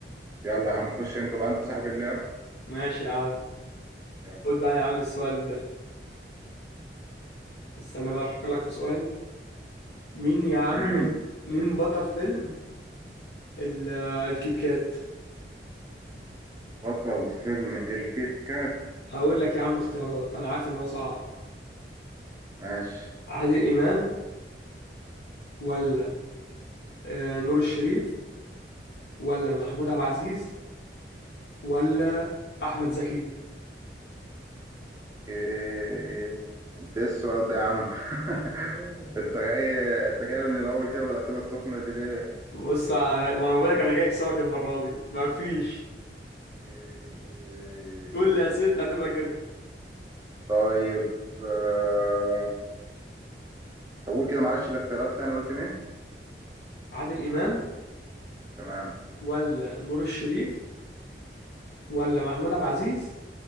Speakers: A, on the right (about 20°); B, on the left (about 70°).
A: يلا يا عم خش انت بقى انت صاحب اللعب
B: ماشي يا عم
A: يلا
B: خد بقى يا عم السؤال ده استنى
A: خش يا باشا
B: بقى افكر لك في سؤال مين يا عم
A: <clears throat>
B: مين بطل فيلم ال- الكيت كات
A: بطل فيلم الكيت كات
B: هقول لك يا عم اختيارات انا عارف ان هو صعب
A: ماشي
B: عادل امام ولا آه، نور الشريف ولا محمود عبد العزيز ولا احمد زكي
A: إيه... انت ايه السؤال ده يا عم <laughs> انت جاي انت جاي من الاول كده بالاسئله السخنه دي ليه؟
B: بص انا ما انا بقول لك انا جاي اكسبك المره دي ما فيش
A: إيه...
B: كل اسئلتي هتبقى كده
A: طيب آه، طب قول كده معلش الاختيارات تاني قلت مين؟
B: عادل امام
A: تمام
B: ولا نور الشريف ولا محمود عبد العزيز